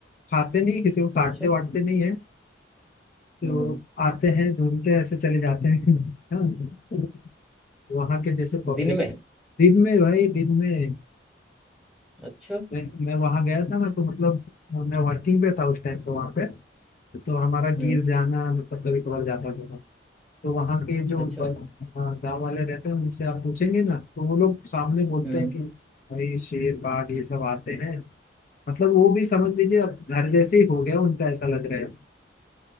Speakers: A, on the left (about 45°); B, in the centre.
A: खाते नहीं किसी को
B: अच्छा
A: काटते वाटते नहीं है तो
B: हम्म हम्म
A: आते हैं घूमते हैं ऐसे चले जाते हैं <laughs> हाँ वहाँ के जैसे पब्लिक
B: दिन में
A: दिन में भाई दिन में
B: अच्छा
A: मैं मैं वहां गया था ना तो मतलब मैं वर्किंग पे था उस टाइम पे वहां पे तो हमारा
B: हम्म
A: गिर जाना मतलब कभी कभार जाता था तो वहाँ के जो
B: अच्छा
A: गांव वाले रहते हैं उनसे आप पूछेंगे ना तो वो लोग सामने बोलते
B: हम्म
A: हैं कि भाई शेर बाघ ये सब आते हैं मतलब वो भी समझ लीजिए अब घर जैसे ही हो गया उनका ऐसा लग रहा है